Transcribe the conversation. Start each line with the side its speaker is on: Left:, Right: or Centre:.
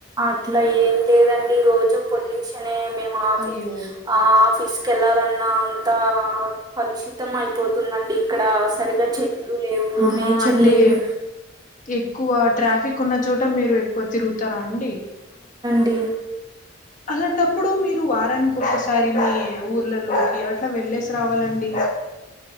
Right: అట్లా ఏం లేదండి రోజు పొల్యూషనే మేము ఆఫీస్
Left: అయ్యో
Right: ఆ ఆఫీస్ కి వెళ్ళాలన్నా అంతా కలుషితం అయిపోతుందండి ఇక్కడ సరిగా చెట్లు లేవు
Left: ఆహా
Right: నేచర్
Left: అంటే
Right: లేదు
Left: ఎక్కువ ట్రాఫిక్ కున్న చోట మీరు ఎక్కువ తిరుగుతారా అండి
Right: టి
Left: అలాంటప్పుడు మీరు వారానికి ఒక్కసారి మీ ఊర్లలోకి అట్లా వెళ్లేేసి రావాలండి